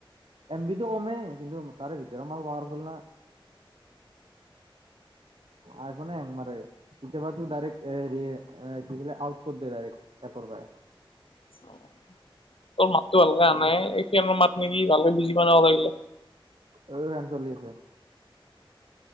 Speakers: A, on the right; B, on the left.
A: এমবিটো কমেই, কিন্তু তাৰে ভিতৰৰ মাল পাৱাৰফুল না। আইফোনে হেং মাৰে। কেতিয়াবাটো ডাইৰেক্ট এ হেৰি এ কি বোলে আউট কৰ দিয়ে এপৰ পা হয়।
B: তোৰ মাতটো ভালকে আহা
A: অ
B: নাই এ। এই ফেনৰ মাত নেকি ভালকে বুজি পোৱা নাই কথাবিলাক।
A: অ ফেন চলি আছে।